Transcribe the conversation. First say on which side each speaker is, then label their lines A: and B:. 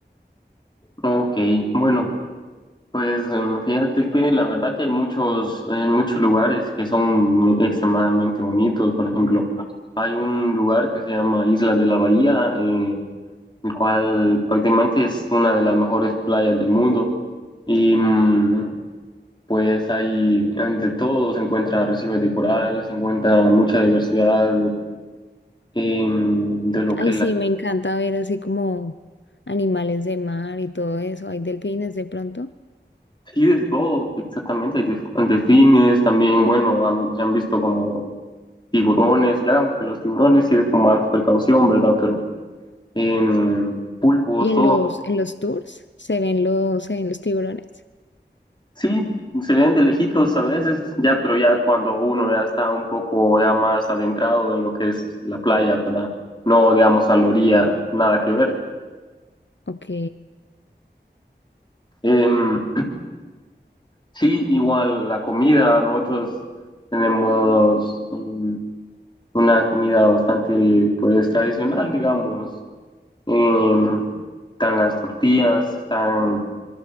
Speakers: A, on the left; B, on the left.
A: Ok, bueno, pues eh, fíjate que la verdad que hay muchos, hay muchos lugares que son extremadamente bonitos. Por ejemplo, hay un lugar que se llama Isla de la Bahía. eh, el cual prácticamente es una de las mejores playas del mundo. Y mm, pues ahí de todo, se encuentra arrecifes de coral, se encuentra mucha diversidad em, de lo que
B: Ay,
A: la...
B: sí, me encanta ver así como animales de mar y todo eso. Hay delfines de pronto.
A: sí de todo, exactamente, hay def- delfines también, bueno, han- se han visto como tiburones, ya aunque los tiburones sí es con más precaución, ¿verdad? Pero em, pulpos,
B: Y en
A: todo.
B: los, en los tours se ven los, se ven los tiburones.
A: Sí, se ven de lejitos a veces, ya, pero ya cuando uno ya está un poco ya más adentrado en lo que es la playa, ¿verdad? No, digamos, a la orilla, nada que ver.
B: Ok,
A: Em, sí, igual la comida, nosotros tenemos mm, una comida bastante, pues, tradicional, digamos. Em, están las tortillas, están